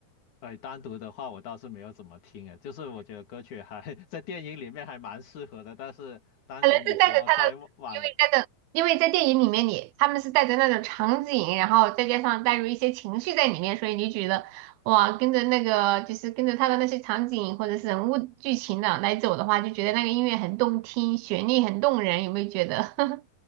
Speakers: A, on the left (about 55°); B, on the right (about 85°).
A: 哎，单独的话我倒是没有怎么听诶，就是我觉得歌曲还 <laughs> 在电影里面还蛮适合的，但是单独你说在网
B: 可能是带着他的，因为带着，因为在电影里面你他们是带着那种场景，然后再加上带入一些情绪在里面，所以你觉得哇，跟着那个就是跟着他的那些场景或者是人物剧情的来走的话，就觉得那个音乐很动听，旋律很动人，有没有觉得？<laughs>